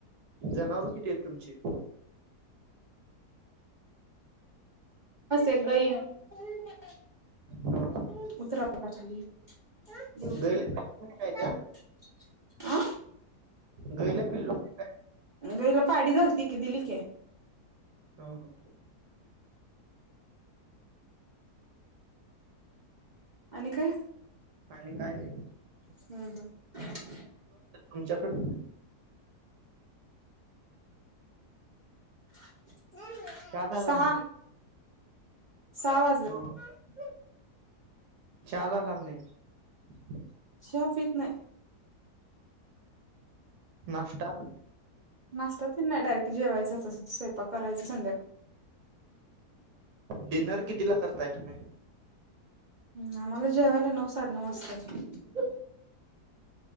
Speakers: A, on the right; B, on the right.
A: जनावर किती येत तुमचे?
B: बस एक गाई ये. <unintelligible>
A: हा
B: <unintelligible>
A: गैला पिल्लू नाही काय
B: आ.
A: गैल पिल्लूनी काय.
B: गईला पाडी झालती कि दिली की.
A: हा हा.
B: आणि काय?
A: आणि काय नाही.
B: हम्म हम्म.
A: आमच्याकडे
B: <unintelligible>
A: चहा झाला
B: सहा
A: की नाही.
B: सहा वाजलेत.
A: हा चहा झाला की नाही.
B: चहा पीत नाही.
A: नाष्टा.
B: नाष्टा पण नाही डायरेक्ट जेवायचं असतं स्वयंपाक करायचं संध्या
A: डिनर कितीला करताय तुम्ही.
B: हम्म आम्हाला जेवायला नऊ साडे नऊ वासत्यात.